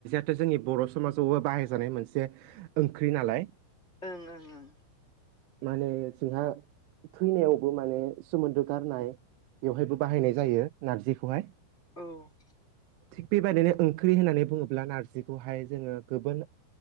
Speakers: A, on the right; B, on the left.
A: जोंनि बर' समाजावबो बाहायजानाय मोनसे ओंख्रि नालाय
B: ओं ओं
A: माने जोंहा थैनायावबो माने सोमोन्दो गारनाय बेवहायबो बाहायनाय जायो नारजिखौहाय
B: औ
A: थिग बेबायदिनो ओंख्रि होननानै बुङोब्ला नारजिखौहाय जोङो गुबुन